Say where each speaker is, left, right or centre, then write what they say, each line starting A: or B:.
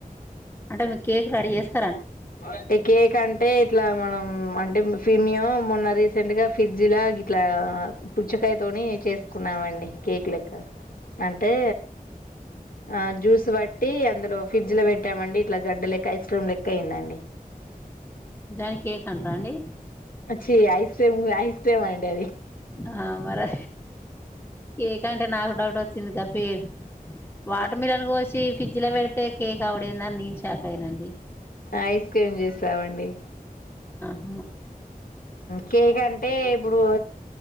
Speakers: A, on the left (about 15°); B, on the left (about 70°).
A: అంటే మీకు కేక్ రెడీ చేస్తా
B: ఒకే కేక్ అంటే ఇట్లా మనం అంటే ఫ మము మొన్న రీసెంట్ గా ఫ్రిడ్జ్ లా ఇట్లా పుచ్చకాయ తోని చేసుకున్నామండి కేక్ లెక్క అంటే ఆ జ్యూస్ వాట్ అందులో ఫ్రిడ్జ్ లో పెట్టమం ఇట్లా గడ్డ లెక్క ఐస్ క్రీ లక్క అయిందండి
A: దాన్ని కేక్ అంటార అండి
B: ఛీ ఐస్ క్రీమ్ ఐస్ క్రీమ్ అండి అది
A: ఆ మరే కేక్ అంటే నాకు డౌట్ వచ్చింది క ఫే వాటర్ మిలన్ కో వచ్చి ఫ్రిడ్జ్ లో పెడితే కేక్ అవ్వుడెందని నేను షాక్ అయినండి
B: ఐస్ క్రీమ్ చేసి సేవండి
A: అ
B: కేక్ అంటే ఇప్పుడు